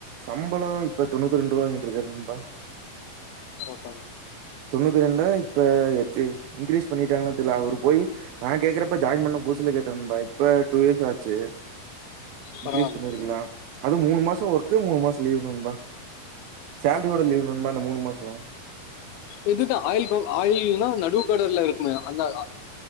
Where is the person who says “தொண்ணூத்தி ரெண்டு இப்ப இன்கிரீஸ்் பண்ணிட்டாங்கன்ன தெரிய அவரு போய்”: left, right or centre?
Right